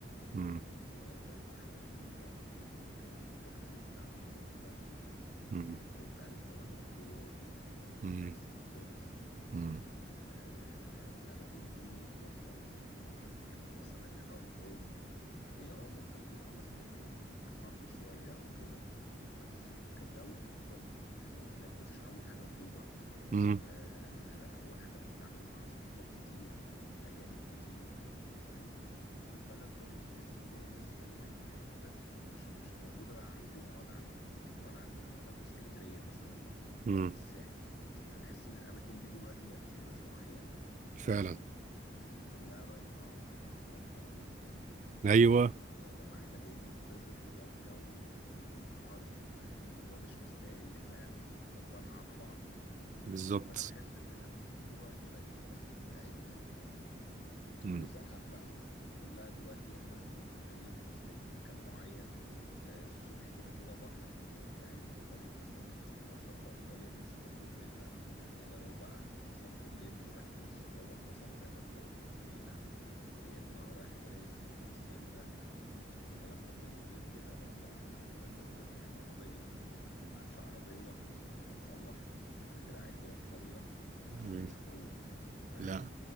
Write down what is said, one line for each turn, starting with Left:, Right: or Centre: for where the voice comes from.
Right: مم.
Left: وبرضه حاجة جديدة آه، البحر بتاعها تحفة يعني
Right: مم.
Left: اكيد انت عارف طبعا البلو هول والثري
Right: مم.
Left: بولز
Right: مم.
Left: آه، الاماكن دي تحفه وبالذات لو انت بتحب مثلا العوم هي اه ممكن تبقى مثلا حر شويه او كده بس كجو تحفه يعني هناك مفيش اول حاجه رطوبه
Right: مم.
Left: آه، اول حاجه بتتعامل مع ثقافات كتير اجانب كتير فاهم فالبلد برضو تحس اللي هي لسه ليها كده حته مش مش موجوده عندنا ولا عندك في يعني ولا عندنا ولا في اسكندريه مثلا
Right: مم.
Left: ولا في الساحل يعني بحس ان الاماكن دي دلوقتي بقت لناس معينه
Right: فعلا
Left: يعني كلها رايحة بتعرضها و...
Right: ايوه
Left: اللي هو في ايه يا جماعة احنا جايين ننبسط نغير جو الدنيا حر فالموضوع مش مستاهل اللي احنا يعني نكبرها على بعض يعني
Right: بالظبط
Left: فانا بحس ان الاماكن دي دلوقتي بقت خلاص مش بتاعتنا يعني
Right: مم.
Left: وزهق بقى يعني كلها دلوقتي يا اما هتنزل بالليل تسهر في مكان معين آه، الصبح كده كده بحر لو انت قاعد في قرية مثلا خلاص فانت القرية دي مش هتخرج منها الا لو بقى هت- مثلا بالليل رايح لناس صحابك مثلا زي ما انت قلت في مارينا يا اما رايح مراسي هيسنده الكلام ده كله غير كده لو انت مثلا ده كمان لازم يبقى معاك عربيه ان معاكش عربيه فانت اتسوحت فانت كده كده قاعد جوه القريه ما
Right: مم.
Left: فيش خروج فاهم
Right: لا